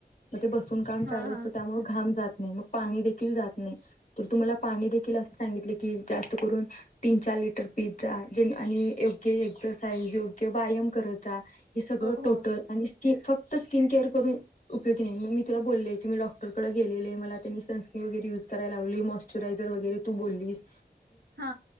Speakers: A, on the left; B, on the right.
A: म ते बसून काम
B: हा
A: चालू असतं
B: हा
A: त्यामुळे घाम जात नई मग पाणी देखील जात नई, तर तु मला पाणी देखील असं सांगितले कि जास्त करून तीन चार लिटर पीत जा, जेणे आणि योग्य एक्सरसाइज, योग्य व्यायाम करत जा. हे सगळं
B: हो
A: टोटल
B: हो
A: आणि स्की फक् त स्किन केअर करून उपयोगी नाही म मी तुला बोल्ले, की मी डॉक्टरकडे गेलेले मला त्यांनी सनस्क्रीन वगैर युज करायला लावली, मॉस्चरायझर वगैरे तू बोल्लिस
B: हा